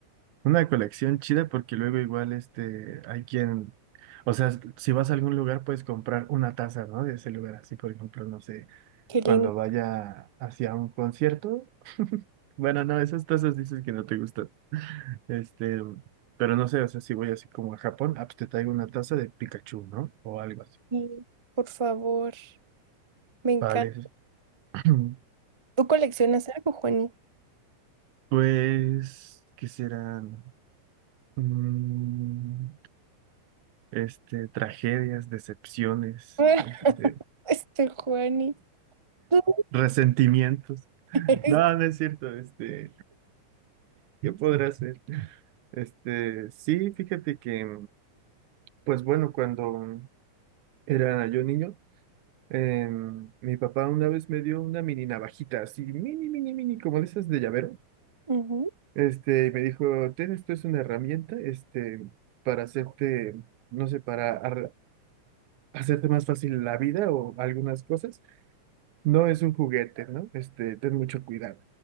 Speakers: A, on the right; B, on the right.
A: Una colección chida porque luego igual este, hay quien, o sea, si vas a algún lugar puedes comprar una taza, ¿no? De ese lugar, así por ejemplo, no sé,
B: Qué lindo.
A: cuando vaya hacia un concierto, <laughs> bueno, no, esas tazas dices que no te gustan, <laughs> este, pero no sé, o sea, si voy así como a Japón, ah, pues te traigo una taza de Pikachu, ¿no? O algo así.
B: Sí, Por favor, me encanta.
A: Vale. <clears throat>
B: ¿Tú coleccionas algo, Juani?
A: Pues, ¿qué serán? Mm, este, tragedias, decepciones,
B: <laughs>
A: este...
B: Este Juani. No,
A: Resentimientos.
B: <laughs>
A: No, no es cierto. Este, ¿qué podrá hacer? Este, sí, fíjate que, pues bueno, cuando era yo niño, eh, mi papá una vez me dio una mini navajita, así, mini, mini, mini, como de esas de llavero.
B: Ujú,
A: Este, y me dijo, ten, esto es una herramienta, este, para hacerte, no sé, para arre- hacerte más fácil la vida o algunas cosas. No es un juguete, ¿no? Este, ten mucho cuidado.